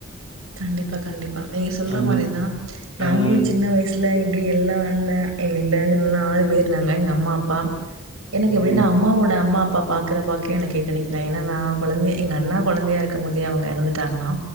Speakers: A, on the right; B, on the left.
A: கண்டிப்பா கண்டிப்பா நீங்க சொல்ற
B: ம்.
A: மாரிதா
B: ம்.
A: நாங்களு சின்ன வயசுல இப்டி எல்லா அண்ண எங்க ல எல்லா நாலு பேர்ருக்காங்க எங்க அம்மா அப்பா எனக்கு
B: ம்.
A: எப்டின்னா அம்மாவோட அம்மா அப்பா பாக்குற பாக்கியொ எனக்கு கெடைக்குல ஏன்னா நா கொழந்தை எங்க அண்ணா கொழந்தையா இருக்கம்போதே அவங்க எறந்துட்டாங்கலா